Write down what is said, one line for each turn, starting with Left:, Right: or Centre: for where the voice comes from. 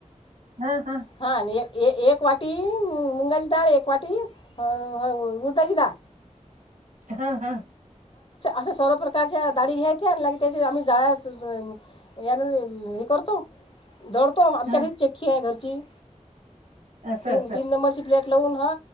Right: हा हा
Left: हां आणि एक ए एक वाटी मुंगाची डाळ एक वाटी उडदाची डाळ
Right: हा हा.
Left: असे सर्व प्रकारच्या दाडी घ्यायच्या आणि त्या आम्ही जाळ्या कर. परतो. दडतो आमच्याकडे
Right: हां
Left: चक्की आहे घरची
Right: असं
Left: तीन
Right: असं.
Left: तीन नंबरची प्लेट. लावून ह